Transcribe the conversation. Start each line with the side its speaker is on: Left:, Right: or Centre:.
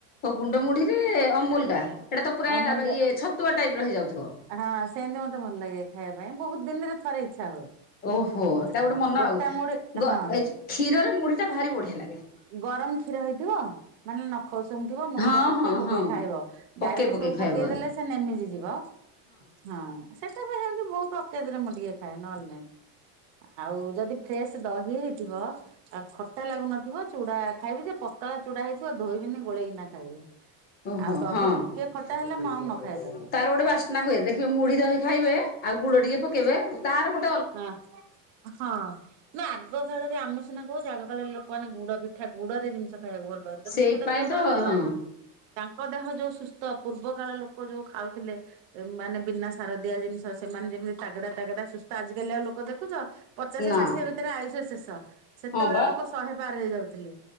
Left: ହଉ ଗୁଣ୍ଡ ମୁଢ଼ି ବି ଅମୁଲୁ ଟା ଏଇଟା ତ ପୁରା
Right: ଅମୁଲ ଦେ-
Left: ଇଏ ଛତୁଆ ଟାଇପ୍ ର ହେଇଯାଉଥିବ।
Right: ହଁ ସେମିତି ମତେ ଭଲ ଲାଗେ ଖାଇବା ପାଇଁ ବହୁତ୍ ଦିନରେ ଥରେ ଇଚ୍ଛା ହୁଏ।
Left: ଓହୋ ଏଇଟା
Right: ହଁ
Left: ଗୋଟେ ମନ
Right: ଗୋଟା
Left: ଆଉ
Right: ମୁଢି
Left: ଗ
Right: ହଁ
Left: ଏଇ ଯୋଉ କ୍ଷୀରରେ ମୁଢ଼ି ଟା ଭାରି ବଢ଼ିଆ ଲାଗେ।
Right: ଗରମ କ୍ଷୀର ହେଇଥିବ। <unintelligible> ମାନେ ନଖ ଉଷୁମ୍ ଥିବ ମୁଢ଼ି
Left: ହଁ
Right: ଟା ପକେଇ
Left: ହଁ
Right: ପକେଇ
Left: ହଁ
Right: ଖାଇବ
Left: ପକେଇ
Right: ଡାଇରେକ୍ଟ
Left: ପକେଇ
Right: ସବୁ
Left: ଖାଇବ।
Right: ପକେଇଦେଲେ ସେ ନେମିରି ଯି ବ ହଁ ସେଟା ବି ସେମତି ବହୁତ୍ <unintelligible> ରେ ମୁଁ ଟିକେ ଖାଏ ନହେଲେ ନାଇଁ। ଆଉ ଯଦି ଫ୍ରେଶ୍ ଦହି ହେଇଥିବ ଖଟା ଲାଗୁନଥିବ ଚୁଡ଼ା ଖାଇବି ଯେ <unintelligible> ପତଳା ଚୁଡ଼ା ହେଇଥିବ ଧୋଇବିନି ଗୋଲେଇକିନା ଖାଇବି।
Left: ଓହୋ
Right: ଆଉ ଦହି
Left: ହଁ
Right: ଟିକେ ଖଟା ହେଲେ
Left: ତାର
Right: ମୁଁ ଆଉ ନ ଖାଏ ତାକୁ।
Left: ଗୋଟେ ବାସ୍ନା ହୁଏ ଦେଖିବେ ମୁଢ଼ି ଦହି ଖାଇବେ। ଆଉ ଗୁଡ଼ ଟିକେ ପକେଇବେ ତାର ଗୋ
Right: ହଁ ହଁ ନା ଆଗ କାଳରେ ଆମେ ସିନା କହୁଛେ ଆଗ କାଳରେ ଲୋକମାନେ ଗୁଡ଼ ପିଠା ଗୁଡ଼ ରେ ଜିନିଷ ଖାଇବାକୁ ଭଲ ପାଉଥିଲେ
Left: ସେଇଥିପାଇଁ
Right: କିନ୍ତୁ ସେଟା ଦେହ
Left: ତ
Right: ପାଇଁ ଭଲ
Left: ହଁ
Right: ତାଙ୍କ ଦେହ ଯୋଉ ସୁସ୍ଥ ପୂର୍ବ କାଳ ଲୋକ ଯୋଉ ଖାଉଥିଲେ ମାନେ ବିନା ସାରଦିଆ ଜିନିଷ ସେମାନେ ଯେମିତି ତାଗା ତାଗେଡା ତାଗେଡା ସୁ ତ ଆଜି କାଲି ଆଉ ଲୋକ ଦେଖୁଚ ପଚାଶ
Left: ନା
Right: ଷାଠିଏ ଭିତରେ ଆୟୁଷ ଶେଷ ସେତେବେଳେ
Left: ହଁ ବା।
Right: ଲୋକ ଶହେ ପାର ହେଇଯାଉ ଥିଲେ